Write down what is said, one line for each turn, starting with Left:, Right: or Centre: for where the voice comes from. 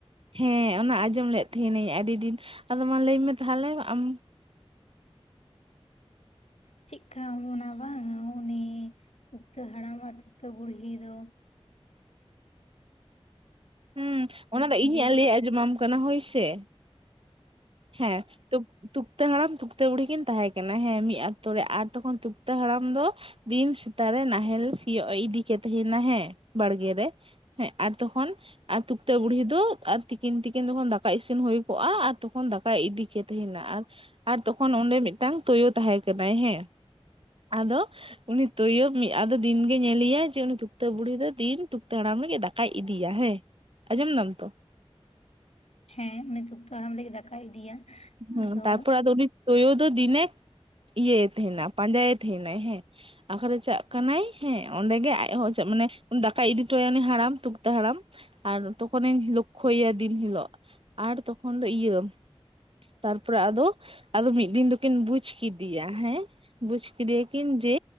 Right: ᱦᱮᱸ ᱚᱱᱟ ᱟᱸᱡᱚᱢ ᱞᱮᱫ ᱛᱮᱦᱮᱱᱤᱧ ᱟᱹᱰᱤ ᱰᱤᱱ ᱟᱫᱚ ᱢᱟ ᱞᱟᱹᱭ ᱢᱮ ᱛᱟᱦᱚᱞᱮ ᱟᱢ
Left: ᱪᱮᱜ ᱠᱟ ᱟᱱᱟ ᱵᱟᱝ ᱩᱱᱤ ᱛᱩᱠᱛᱟᱹ ᱦᱟᱲᱟᱢ ᱟᱨ ᱛᱩᱠᱛᱟᱹ ᱵᱩᱲᱦᱤ ᱫᱚ
Right: ᱦᱩᱸ ᱚᱱᱟ ᱫᱚ
Left: ᱥᱤᱭᱳᱜ
Right: ᱤᱧᱤᱧ ᱞᱮᱜ ᱟᱸᱡᱚᱢᱟᱢ ᱠᱟᱱᱟ ᱦᱳᱭ ᱥᱮ ᱦᱮᱸ ᱛᱚ ᱛᱩᱠᱛᱟᱹ ᱦᱟᱲᱟᱢ ᱛᱩᱠᱛᱟᱹ ᱵᱩᱲᱦᱤ ᱠᱤᱱ ᱛᱟᱦᱮᱸ ᱠᱟᱱᱟ ᱦᱮᱸ ᱢᱤᱜ ᱟᱛᱳ ᱨᱮ ᱟᱨ ᱛᱚᱠᱷᱚᱱ ᱛᱩᱠᱛᱟᱹ ᱦᱟᱲᱟᱢ ᱫᱚ ᱫᱤᱱ ᱥᱮᱛᱟᱜ ᱨᱮ ᱱᱟᱦᱮᱞ ᱥᱤᱭᱳᱜᱼᱮ ᱤᱫᱤ ᱠᱮᱫ ᱛᱟᱦᱮᱱᱟ ᱦᱮᱸ ᱵᱟᱲᱜᱮ ᱨᱮ ᱦᱮᱸ ᱟᱨ ᱛᱚᱠᱷᱚᱱ ᱟᱨ ᱛᱩᱠᱛᱟᱹ ᱵᱩᱲᱦᱤ ᱫᱚ ᱟᱨ ᱛᱤᱠᱤᱱ ᱛᱤᱠᱤᱱ ᱡᱚᱠᱷᱚᱱ ᱫᱟᱠᱟ ᱤᱥᱤᱱ ᱦᱳᱭ ᱠᱚᱜᱼᱟ ᱟᱨ ᱛᱚᱠᱷᱚᱱ ᱫᱟᱠᱟᱭ ᱤᱫᱤ ᱠᱮᱫ ᱛᱟᱦᱮᱱᱟ ᱟᱨ ᱟᱨ ᱛᱚᱠᱷᱚᱱ ᱚᱸᱰᱮ ᱢᱮᱫᱴᱟᱝ ᱛᱳᱭᱳᱭ ᱛᱟᱦᱮᱸ ᱠᱟᱱᱟᱭ ᱦᱮᱸ ᱟᱫᱚ ᱩᱱᱤ ᱛᱳᱭᱳ ᱢᱤᱜ ᱟᱫᱚ ᱫᱤᱱᱜᱮ ᱧᱮᱞᱮᱭᱟᱭ ᱡᱮ ᱩᱱᱤ ᱛᱩᱠᱛᱟᱹ ᱵᱩᱲᱦᱤ ᱫᱚ ᱫᱤᱱ ᱛᱩᱠᱛᱟᱹ ᱦᱟᱲᱟᱢ ᱞᱟᱹᱜᱤᱡ ᱫᱟᱠ ᱠᱟᱭ ᱤᱫᱤᱭᱟ ᱦᱮᱸ ᱟᱸᱡᱚᱢ ᱫᱟᱢ ᱛᱚ
Left: ᱦᱮᱸ ᱩᱱᱤ ᱛᱩᱠᱛᱟᱹ ᱦᱟᱲᱟᱢ ᱞᱟᱹᱜᱤᱫ ᱫᱟᱠᱟᱭ ᱤᱫᱤᱭᱟ
Right: ᱦᱩᱸ
Left: ᱟᱫᱚ
Right: ᱛᱟᱨᱯᱚᱨ ᱟᱫᱚ ᱩᱱᱤ ᱛᱳᱭᱳ ᱫᱚ ᱫᱤᱱᱮ ᱤᱭᱟᱹᱭᱮ ᱛᱟᱦᱮᱱᱟ ᱯᱟᱸᱡᱟᱭᱮ ᱛᱟᱦᱮᱱᱟᱭ ᱦᱮᱸ ᱟᱠᱟᱨᱮ ᱪᱟᱜ ᱠᱟᱱᱟᱭ ᱦᱮᱸ ᱚᱸᱰᱮᱜᱮ ᱟᱡᱦᱚᱸ ᱪᱟᱜ ᱢᱟᱱᱮ ᱫᱟᱠᱟᱭ ᱤᱫᱤᱴᱚᱭᱟ ᱩᱱᱤ ᱦᱟᱲᱟᱢ ᱛᱩᱠᱛᱟᱹ ᱦᱟᱲᱟᱢ ᱟᱨ ᱛᱚᱠᱷᱚᱱᱮᱧ ᱞᱚᱠᱠᱷᱚᱭᱮᱭᱟ ᱫᱤᱱ ᱦᱤᱞᱳᱜ ᱟᱨ ᱛᱚᱠᱷᱚᱱ ᱫᱚ ᱤᱭᱟᱹ ᱛᱟᱨᱯᱚᱨᱮ ᱟᱫᱚ ᱟᱫᱚ ᱢᱤᱫ ᱫᱤᱱ ᱫᱩᱠᱤᱱ ᱵᱩᱡ ᱠᱤᱫᱤᱭᱟ ᱦᱮᱸ, ᱵᱩᱡ ᱠᱤᱫᱤᱭᱟᱠᱤᱱ ᱡᱮ